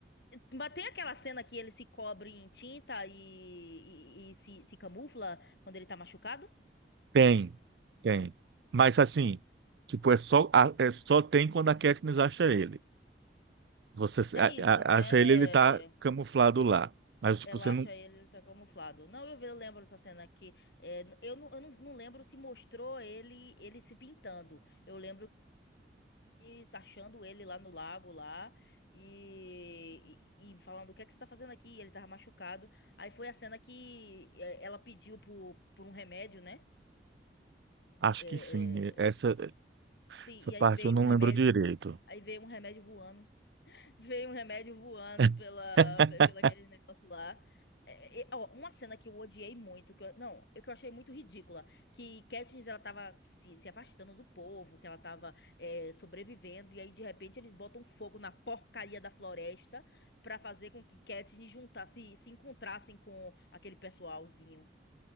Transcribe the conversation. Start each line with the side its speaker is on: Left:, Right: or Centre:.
Left: Mas tem aquela cena que ele se cobre em tinta e, e- e se, se camufla quando ele tá machucado?
Right: Tem, tem. Mas assim, tipo, é só, a- é só tem quando a Katniss acha ele. Você
Left: É
Right: a-
Left: isso,
Right: a-
Left: né?
Right: acha ele, ele tá camuflado lá. Mas tipo,
Left: Ela
Right: você não.
Left: acha ele, ele tá camuflado. Não, eu, ve- eu lembro dessa cena aqui. É, n- eu não, eu não, não lembro se mostrou ele ele se pintando. Eu lembro que se achando ele lá no lago lá e, e, e falando o que é que você tá fazendo aqui? E ele tava machucado. Aí foi a cena que é, ela pediu por, por um remédio, né?
Right: Acho
Left: É,
Right: que sim. Essa,
Left: é, Sim,
Right: essa
Left: e
Right: parte
Left: aí veio
Right: eu não
Left: um remédio,
Right: lembro direito.
Left: aí veio um remédio voando, <laughs> veio um remédio voando
Right: <laughs>
Left: pela, pe- pela aquele negócio lá. É, é, ó, uma cena que eu odiei muito, que eu, não, eu- que eu achei muito ridícula, que Katniss ela tava se, se afastando do povo, que ela tava é, sobrevivendo, e aí de repente eles botam fogo na porcaria da floresta pra fazer com que Katniss juntasse, se encontrassem com aquele pessoalzinho.